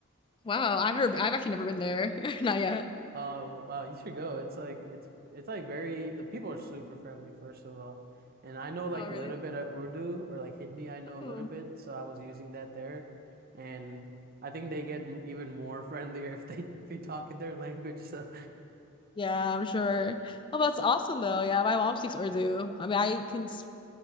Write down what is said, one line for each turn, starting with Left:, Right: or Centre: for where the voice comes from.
Left: Wow, I've never, I've actually never been there. <laughs> Not yet.
Right: Oh wow, you should go. It's like it's it's like very the people are super friendly first of all. And I know like
Left: Oh,
Right: a
Left: really?
Right: little bit of Urdu or like Hindi, I know a
Left: Oh.
Right: little bit, so I was using that there. And I think they get m- even more <laughs> friendlier if they if you talk in their language. So
Left: Yeah, I'm sure. Oh, that's awesome though. Yeah, my mom speaks Urdu. I mean, I can, s-